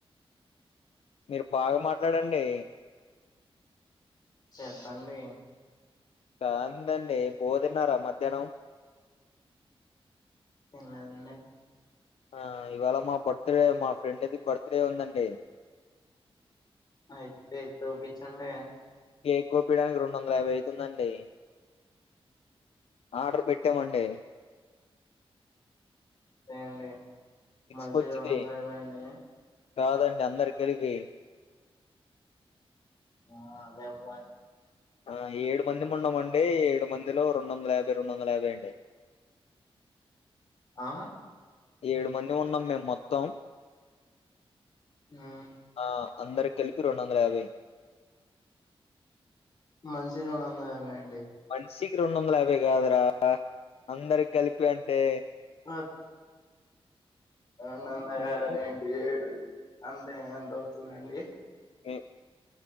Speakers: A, on the left (about 80°); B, on the left (about 45°).
A: మీరు బాగా మాట్లాడండి?
B: చెప్పండి?
A: కాందండి, బువ్వ తిన్నారా మధ్యాహ్నం?
B: తిన్న అండి.
A: ఆ ఇవాళ మా బర్త్డే, మా ఫ్రెండ్ది బర్త్డే ఉందండి.
B: అయితే చూపించండి.
A: కేక్ కోపియడానికి రెండు వందల యాభై అయితుందండి, ఆర్డర్ పెట్ ట్టా మండి.
B: తే అండి. మనిషికి
A: కు వచ్చింది
B: రెండు వందల యాబై అండి
A: కాదండి అందరి కలిపి
B: ఆ అదే బ
A: ఆ ఏడు మంది మన్నామండి ఏడు మందిలో రెండు వందల యాభై రెండు వందల యాభై అంటే
B: ఆ
A: ఏడు మంది ఉన్నాం మేము మొత్తం
B: ఉమ్,
A: ఆ అందరికి కలిపి రెండు వందల యాభై
B: మంచి రెండు వందల యాబై ఆ
A: వన్ సిక్స్ కి రెండు వందల యాభై కాదురా అందరికి కలిపి అంటే
B: అ ఆ నందగా
A: మేము
B: ఏంటి ఏడు అంతే ఎంత అవుతుందండి
A: ఒ